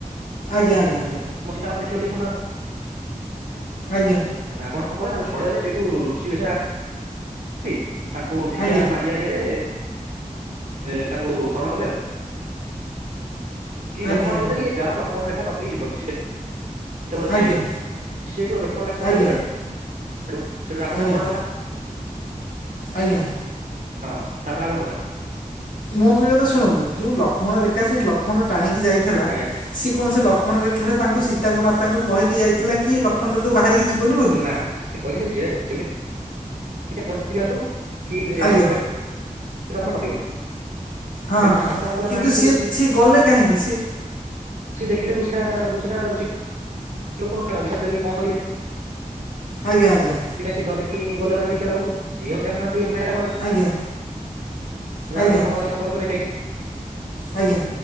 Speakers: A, on the left; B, on the right.
A: ଆଜ୍ଞା ଆଜ୍ଞା ଆଜ୍ଞା
B: ଆମ ସେଟା ମଧ୍ୟ ଦେଖିବା ଟିକେ ସୁନ୍ଦର।
A: ଆଜ୍ଞା
B: ରାବଣ କଣ କଲା ଆଉ ଛଳରେ ସେଇଠୁ ଋଷି ବେଶରେ ଆସ କି ତାଙ୍କୁ ଭିକ୍ଷା
A: ଆଜ୍ଞା ଆଜ୍ଞା
B: ମାଗ ଇଆ ଇଏରେ ତାକୁ ହରଣ କଲେ ଆଉ କି
A: ଆଜ୍ଞା
B: ଲଖଣ କହିଥିଲା କି ଏଗାର ଲଖଣରେଖା ଟପିକି ଯିବନି ସିଏ ତ ଗୋଟେ
A: ଆଜ୍ଞା ଆଜ୍ଞା
B: ଜିଏ ହେଇଥାଉ ସିଏ ଲଖଣ ରେଖା ଟପିକିଗଲାଠୁ
A: ଆଜ୍ଞା ଆଜ୍ଞା
B: ରାବଣ
A: ଆଜ୍ଞା
B: ତାଙ୍କୁ ହରଣ କଲା।
A: ଆଜ୍ଞା
B: ହଁ ତାପରେ ଆଉ କଣ ପଚାର?
A: ମୋ କହିବା କଥା ଶୁଣନ୍ତୁ ଯୋଉ ଲକ୍ଷ୍ମଣ ରେଖା ସେ ଲକ୍ଷ୍ମଣ ଟାଣିକି ଯାଇଥିଲା
B: ଆଜ୍ଞା
A: ସିଏ କୌଣସି ଲକ୍ଷ୍ମଣ ରେଖାରେ ତାଙ୍କୁ ସୀତାଙ୍କ ମାତାଙ୍କୁ କହିକି ଯାଇଥିଲା କି ଲକ୍ଷ୍ମଣରେଖାକୁ ବାହାରିକି ଯିବନି ବୋଲି
B: ନା ସେ କହିଥିଲେ ଯେ ଯେମିତି ଏତେ ପରିସ୍ଥିତିରେ ଆସୁ କି ଲକ୍ଷ୍ମଣରେଖା
A: ଆଜ୍ଞା
B: ତମେ ଟପିବନି।
A: ହଁ
B: ସେଇଠୁ
A: ହଁ
B: ସୀତା ମାତା କଣ କଲା
A: କିନ୍ତୁ
B: ନାଇଁ
A: ସିଏ
B: ଋଷି
A: ସିଏ ଗଲେ କାହିଁକି ସେ
B: ସେ ଦେଖିଲେ ଋଷା-ଋଷା -ଋଷା <unintelligible> ଲୋକ ଅଭିଶାପ ଦେବେ ଙ୍କ କରିବେ।
A: ଆଜ୍ଞା ଆଜ୍ଞା
B: ସେଥିପାଇଁ ସିଏ ଡରିକି ଗଲେଭାରି ଭିକ୍ଷା ଦବାକୁ ସିଏ ଆଉ ଜାଣି ନାହାନ୍ତି ଏମା ରାବଣ
A: ଆଜ୍ଞା ଆଜ୍ଞା
B: ରାବଣ
A: ଆଜ୍ଞା
B: ରାବଣ ଛଦ୍ମ ବେଶ ନେଇ ଜାଇଛି।
A: ଆଜ୍ଞା